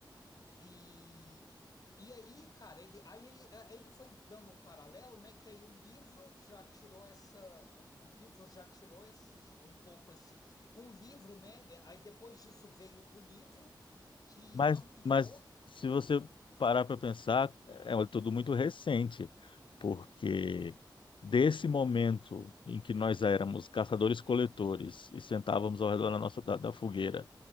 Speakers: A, on the left (about 50°); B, on the left (about 85°).
A: E, e aí, cara, ele, aí ele, aí ele foi dando um paralelo, né? Que aí o livro já tirou essa, o, o livro já tirou esse, um pouco esse, com o livro, né? é, Aí depois disso veio o livro que
B: Mas,
A: ampliou
B: mas se você parar para pensar, é um- tudo muito recente, porque desse momento em que nós éramos caçadores-coletores e sentávamos ao redor da nossa da, da fogueira